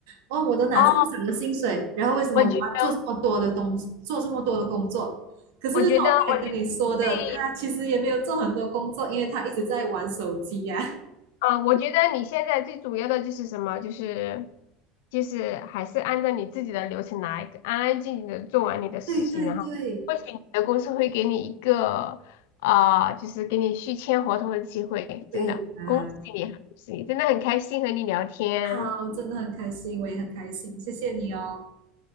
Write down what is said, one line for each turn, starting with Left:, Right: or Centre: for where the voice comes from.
Right: 哦，我都拿这么少的薪水，
Left: 哦，
Right: 然后为什么我要做这么多的东西，
Left: 我觉得，
Right: 做这么多的工作？可是像我刚才跟你说的，
Left: 我觉得，我觉对
Right: 他其实也没有做很多工作，因为他一直在玩手机呀、
Left: 啊，我觉得你现在最主要的就是什么？就是就是还是按照你自己的流程来，安安静静的做完你的实习，
Right: <laughs> 对对对，
Left: 然后或许你的公司会给你一个啊、就是给你续签合同的机会。
Right: 对啊，
Left: 真的，恭喜你，恭喜你，真的很开心和你聊天，
Right: 好，真的很开心，我也很开心，谢谢你哦。